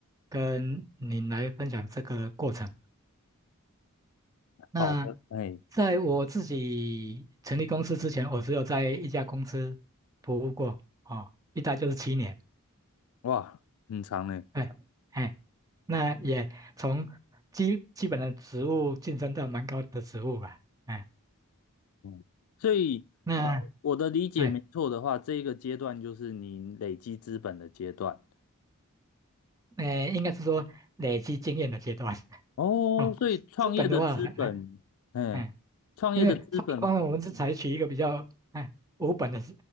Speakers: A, on the right; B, on the left.
A: 跟您来分享这个过程。那
B: 好的，哎，
A: 在我自己成立公司之前，我只有在一家公司服务过，哦，一待就是七年，
B: 哇，很长呢。
A: 对，哎。那也从基基本的职务晋升到蛮高的职务吧，哎，
B: 嗯，所以，
A: 那
B: 呃，我的理解没错的话，
A: 对，
B: 这一个阶段就是您累积资本的阶段。
A: 呃，应该是说累积经验的阶段
B: 哦，
A: <laughs> 哦。
B: 所以创业的资本，
A: 资本的话还还，
B: 哎，
A: 哎，
B: 创业的资本，
A: 因为创业方面我们是采取一个比较哎无本的，